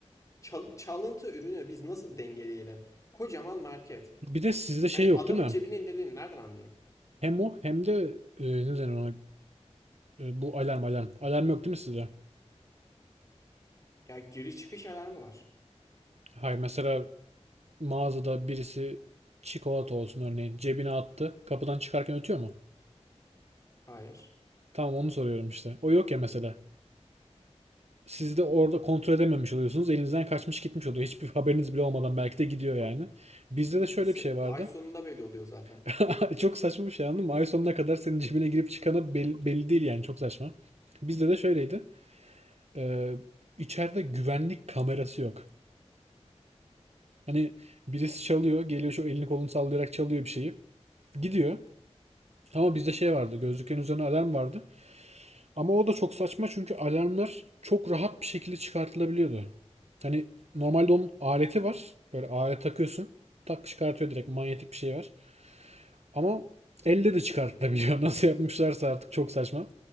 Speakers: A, on the left (about 25°); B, on the right (about 65°).
A: çal- çalıntı ürünü biz nasıl dengeleyelim? Kocaman market.
B: Bir de sizde şey
A: Hani
B: yok
A: adamın
B: değil mi?
A: cebine indirdiğini nereden anlayayım?
B: Hem o hem de e, ne denir ona? E, bu alarm alarm. Alarm yok değil mi sizde?
A: Ya giriş çıkış alarmı var.
B: Hayır mesela mağazada birisi çikolata olsun örneğin cebine attı. Kapıdan çıkarken ötüyor mu?
A: Hayır.
B: Tamam onu soruyorum işte. O yok ya mesela. siz de orada kontrol edememiş oluyorsunuz. Elinizden kaçmış gitmiş oluyor. Hiçbir haberiniz bile olmadan belki de gidiyor yani. Bizde de şöyle
A: Se-
B: bir şey vardı.
A: ay sonunda belli oluyor zaten.
B: <laughs> Çok saçma bir şey anladın mı? Ay sonuna kadar senin cebine girip çıkanı belli, belli değil yani. Çok saçma. Bizde de şöyleydi. Ee, içeride güvenlik kamerası yok. Hani birisi çalıyor. Geliyor şu elini kolunu sallayarak çalıyor bir şeyi. Gidiyor. Ama bizde şey vardı. Gözlüklerin üzerine alarm vardı. Ama o da çok saçma çünkü alarmlar çok rahat bir şekilde çıkartılabiliyordu. Hani normalde onun aleti var. Böyle alet takıyorsun. Tak çıkartıyor direkt manyetik bir şey var. Ama elle de çıkartılabiliyor. <laughs> Nasıl yapmışlarsa artık çok saçma.